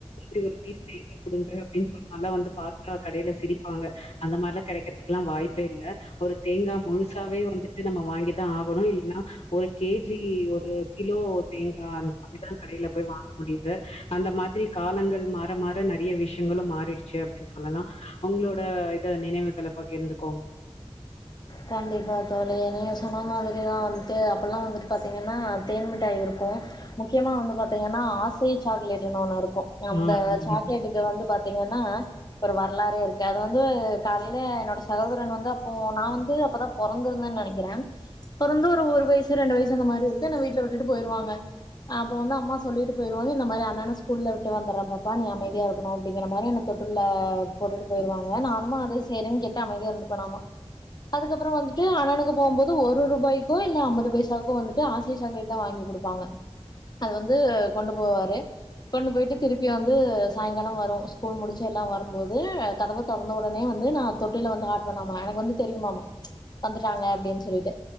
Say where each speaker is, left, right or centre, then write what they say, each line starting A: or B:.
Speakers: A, on the left; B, on the left.
A: நீங்க குடுங்க அப்டின்னு சொன்னாலே வந்து பாத்தா கடைல சிரிப்பாங்க அந்த மாரிலா கெடைக்கறதுக்குல்லா வாய்ப்பே இல்ல ஒரு தேங்கா முழுசாவே வந்துட்டு நம்ம வாங்கி தா ஆகணு இல்ன்னா ஒரு கேஜ் ஜி ஒரு கிலோ தேங்கா அது துதா கடைல போய் வாங்க முடிது அந்த மாதிரி காலங்கள் மா ற மாற நெறைய விஷயங்களு மாறிடுச்சு அப்டின்னு சொல்லலா அவங்க்ளோட இத நினைவுகள பகிர்ந்துக்
B: கண்டிப்பா தோழி நீங்க சொன்ன மாதிரிதா வந் து அப்பல்லா வந்து பாத்தீங்கன்னா தேன் மிட்டாய் இருக்கு முக்கியமா வந்து பாத்தீங்கன்னா ஆசை சாக்லேட்டுனு ஒன்னு இருக் கு அந்த
A: ஆ ம்.
B: சாக்லேட்டுக்கு வந்து பாத்தீங்கன்னா ஒரு வர்லாறு இருக்கு அது வந்து காலைல என்னோட சகோதரன் வந்து அப் ப்போ நா வந்து அப்பொதா பொறந்துருந்தே நெனைக்குறே பிறந்து ஒரு ஒரு வய்சு ரெண்டு வய்ச் <unintelligible> இருக்கு என்ன வீட்ல விட்டுட்டு போய்டுவங்க அப்ப வந்து அம்மா ச் சொல்லிட்டு போயிருவாங்க இந்த மாரி அண்ணனச் ஸ்கூல்லவிட்டு வந்துற பாப்பா நீ அமைதியா இரு கனொ அப்டிங்கிற மாரி என்ன தொட்டுல்ல போட்டுட்டு போயிருவாங்க நானும்மா அது சரின்னு கேட்டு அமைதியா இருந்துப்பேணாமா அதுக்கப்றோ வந்துட்டு அண்ணனுக்கு போம்போது ஒரு ரூபாய்க்கு இல்ல அம்பது பைசாக்கோ வந்துட்டு ஆசை சாக்லேட் தா வாங்கி குடுப்பாங்க. அது வந்து கொண்டு போவாரு கொண்டு போய்ட்டு திருப்பி வந்து சாய்ங்கால வரு ஸ்கூல் முடிச்சு எல்லா வரும்போது கதவு தொரந்த உடனே வந்து நா தொட்டில வந்து ஆட்டுவே நாம எனக்கு வந்து தெரியுமாம வந்துட்டாங்க அப்டின்னு சொல்லிடு